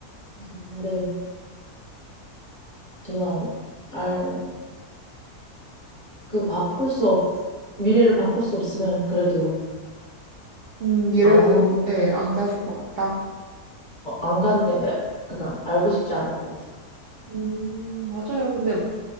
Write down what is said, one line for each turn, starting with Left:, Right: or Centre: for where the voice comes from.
Left: 근데 저는 알, 그 바꿀 수 없, 미래를 바꿀 수 없으면 그래도
Right: 음 미래로
Left: 안, 어,
Right: 예안 가실 것 같다.
Left: 안 가는 게, 내- 그니까 알고 싶지 않을 것 같아.
Right: 음, 맞아요. 근데 뭐,